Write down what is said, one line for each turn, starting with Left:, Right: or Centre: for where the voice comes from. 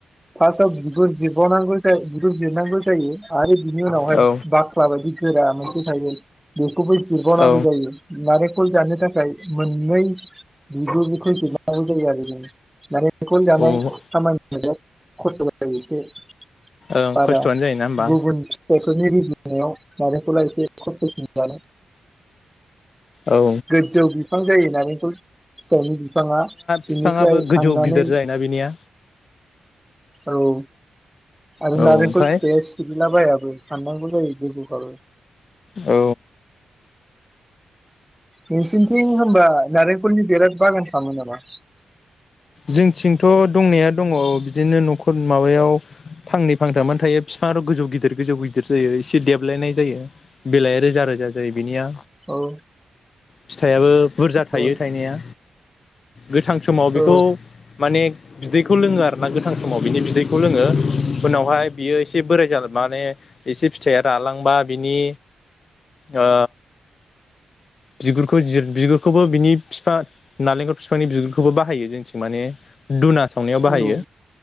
Centre: फास्टआव बिगुर जिरबाव नांगौ जाय बिगुर जिरनांगौ जायो आरो बिनि उनावहाय
Left: औ
Centre: बाख्ला बायदि गोरा मोनसे थायो ना बे खौबो जिरबावनांगौ
Left: औ
Centre: जायो नारेंखल जानो थाखाय मोननै बिगुरखौ जिरनांगौ जायो आरो माने बेखनो जानाय
Left: औ
Centre: खामानिया खस्थ' जायो एसे <unintelligible>
Left: ओं
Centre: बारा
Left: खस्थ'आनो जायोना होमबा
Centre: गुबुन फिथाइफोरनि रुजुनायाव नारेंखला एसे खस्थसिनानो।
Left: औ
Centre: गोजौ <unintelligible> जायो नारेंखल फि फिथाइनि बिफाङा
Left: बिफाङाबो
Centre: बिनिफ्राय
Left: गोजौ
Centre: हाननानै
Left: गिदिर जायोना बेनिया
Centre: औ आरो
Left: औ
Centre: नारेंखल
Left: ओमफ्राय
Centre: फिथाइया सिरिलाबायाबो। हाननांगौ जायो गोजौबाबो।
Left: औ
Centre: नोंसनिथिं होनबा नारेंखलनि बिराद बागान खालामो नामा?
Left: जोंथिंथ' दंनाया दङ बिदिनो न'खर माबायाव फांनै फांथामानो थायो फिफाङाथ' गोजौ गिदिर गोजौ गिदिर जायो एसे देबलायनाय जायो बेलाया रोजा रोजा जायो बिनिया।
Centre: औ
Left: फिथाइयाबो बुरजा थायो
Centre: औ
Left: थायनाया। गोथां समाव बेखौ
Centre: औ
Left: माने बिदैखौ लोङो आरोना गोथां समाव बिनि बिदैखौ लोङो उनावहाय बियो एसे बोराय जालांबा माने एसे फिथाइया रालांबा बिनि ओ बिगुरखौ जिर बिगुरखौबो बिनि फिफा नालेंखर फिफांनि बिगुरखौबो बाहायो जोंनिथिं। माने दुना संनायाव बाहायो
Centre: औ